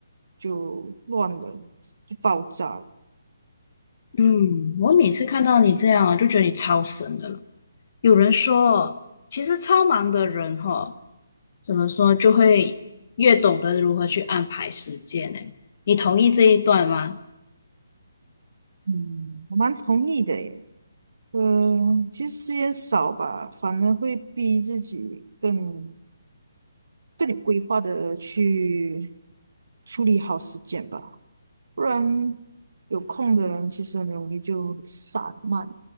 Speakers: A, on the right; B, on the left.
A: 就乱了，就爆炸了。
B: 嗯，我每次看到你这样啊，就觉得你超神的了。有人说，其实超忙的人哈、怎么说就会越懂得如何去安排时间呢？你同意这一段吗？
A: 嗯，我蛮同意的耶。嗯、其实时间少吧，反而会逼自己更更有规划的去处理好时间吧，不然有空的人其实很容易就散漫，